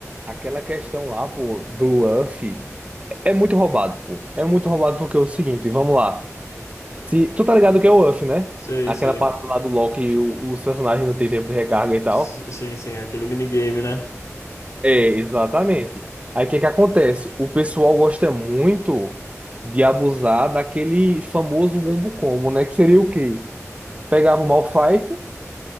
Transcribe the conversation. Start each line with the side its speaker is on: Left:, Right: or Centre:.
Right: Aquela questão lá, pô, do UF é muito roubado, pô. É muito roubado porque é o seguinte, vamos lá. Se, tu tá ligado que é o UF, né?
Left: Sei,
Right: Aquela
Left: sei.
Right: parada lá do LoL que o- os personagens não têm tempo de recarga e tal.
Left: S- Sim, sim, aquele minigame, né?
Right: É, exatamente. Aí o que que acontece? O pessoal gosta muito de abusar daquele famoso wombo combo, né? Que seria o quê? Pegava o Malphite,